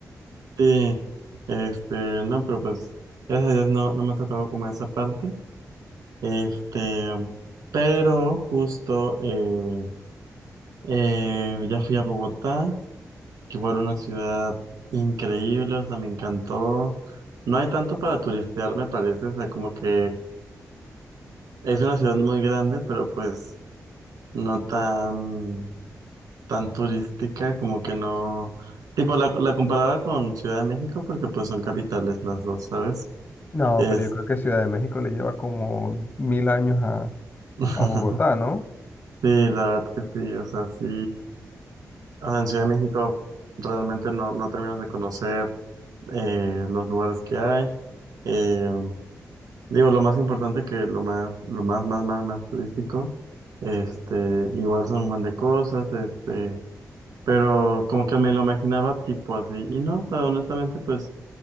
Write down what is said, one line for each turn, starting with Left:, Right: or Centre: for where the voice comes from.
Right: Sí, este, no, pero pues, gracias a Dios no, no me ha tocado como esa parte. Este, pero justo eh, eh, ya fui a Bogotá, que igual una ciudad increíble, o sea, me encantó. No hay tanto para turistear, me parece, o sea, como que es una ciudad muy grande, pero pues no tan, tan turística, como que no. Tipo, la, la comparaba con Ciudad de México, porque pues son capitales las dos, ¿sabes?
Left: No,
Right: Es.
Left: pero yo creo que Ciudad de México le lleva como mil años a,
Right: <laughs>
Left: a Bogotá, ¿no?
Right: Sí, la verdad que sí, o sea, sí. Ahora, en Ciudad de México realmente no, no terminas de conocer eh, los lugares que hay. Eh, digo, lo más importante que lo más, lo más, más, más, más turístico, este, igual son un montón de cosas, este, pero como que me lo imaginaba tipo así. Y no, o sea, honestamente, pues